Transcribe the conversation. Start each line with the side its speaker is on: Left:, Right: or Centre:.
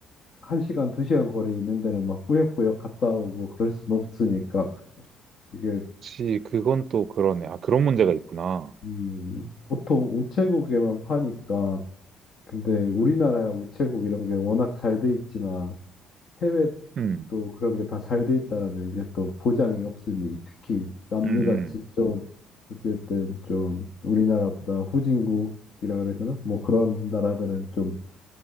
Left: 한시간두시간 거리에 있는 데를 막 꾸역꾸역 갔다 오고 그럴 순 없으니까 이게
Right: 지, 그건 또 그러네. 아, 그런 문제가 있구나.
Left: 음, 보통 우체국에만 파니까 근데 우리나라야 우체국 이런 게 워낙 잘 돼 있지만 해외도
Right: 음,
Left: 또 그런 게 다 잘 돼 있다라는 이제 또 보장이 없으니 특히 남미
Right: 음,
Left: 같이
Right: 음.
Left: 좀 어쨌든 좀 우리나라보다 후진국이라 그래야 되나? 뭐 그런 나라들은 좀